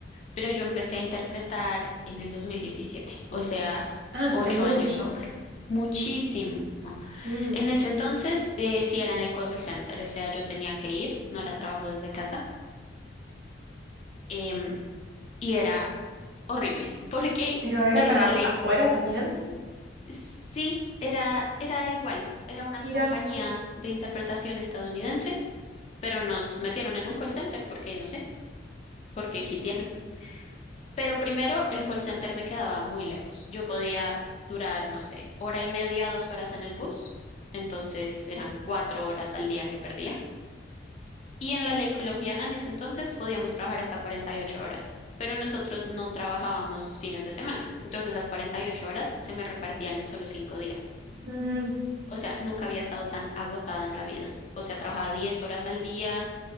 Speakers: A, on the left; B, on the right.
A: pero yo empecé a interpretar en el 2017, o sea,
B: Ah,
A: ocho
B: hace mucho.
A: años cumplo. Muchísimo.
B: Mm,
A: En ese entonces, eh, sí era en el call center, o sea, yo tenía que ir, no era trabajo desde casa, em, y era horrible, <laughs> porque
B: Pero era
A: en
B: para
A: la ley
B: afuera también.
A: sí era, era igual, era una
B: Mira,
A: compañía de interpretación estadounidense, pero nos metieron en un call center porque, no sé, porque quisieron. Pero primero, el call center me quedaba muy lejos. Yo podía durar, no sé, hora y media, dos horas en el bus. Entonces eran cuatro horas al día que perdía. Y en la ley colombiana en ese entonces podíamos trabajar hasta 48 horas, pero nosotros no trabajábamos fines de semana. Entonces esas 48 horas se me repartían en solo cinco días.
B: mm,
A: O sea, nunca había estado tan agotada en la vida. O sea, trabajaba 10 horas al día,